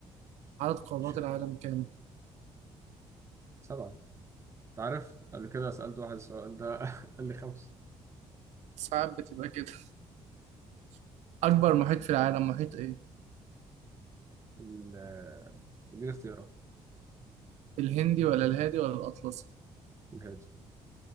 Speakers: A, on the right; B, on the right.
A: عدد قارات
B: <laughs> شف-
A: العالم كام؟
B: سبعة انت عارف قبل كده سألت واحد السؤال ده <laughs> قال لي خمسة
A: ساعات بتبقى كده <laughs> أكبر محيط في العالم محيط ايه؟
B: ال- دي الاختيارات
A: الهندي ولا الهادي ولا الأطلسي
B: الهادي